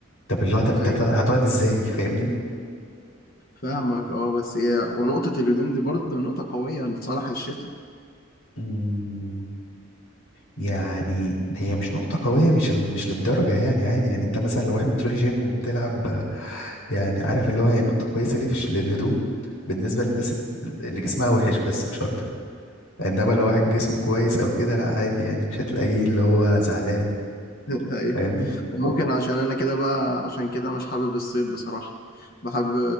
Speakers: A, on the left; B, on the left.
A: طب اللي هو طب انت
B: ايوه
A: هت- هتقعد ازاي فاهمني
B: فاهمك اه بس ايه ونقطة الهدوم دي برضه نقطة قوية لصالح الشتاء
A: مم، يعني هي مش نقطة قوية مش ال- مش للدرجة يعني عادي يعني انت مثلا لو واحد بتروح جيم وبتلعب يعني عارف اللي هو هي نقطة كويسة ليه فيش للهدوم بالنسبة للناس اللي جسمها وحش بس مش أكتر إنما لو واحد جسمه كويس أو كده لأ عادي يعني مش هتلاقيه اللي هو زعلان
B: <laughs> ايوه
A: فاهمني
B: ممكن عشان انا كده بقى عشان كده مش حابب الصيف بصراحة بحب